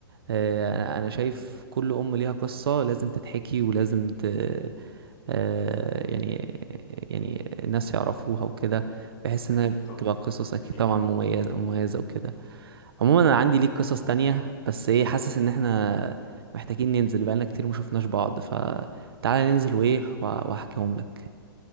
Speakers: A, on the right; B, on the left.
A: آه، انا أنا شايف كل ام ليها قصة لازم تتحكي ولازم ت... آه، يعني يعني الناس يعرفوها وكده بحس
B: أكيد
A: انها
B: طبعا
A: بتبقى قصص اكيد
B: أكيد
A: طبعا مميزة مميزة وكده عموما انا عندي ليك قصص تانية بس ايه حاسس ان احنا محتاجين ننزل بقالنا كتير مشوفناش بعض فتعالى ننزل وايه وأ- واحكيهم لك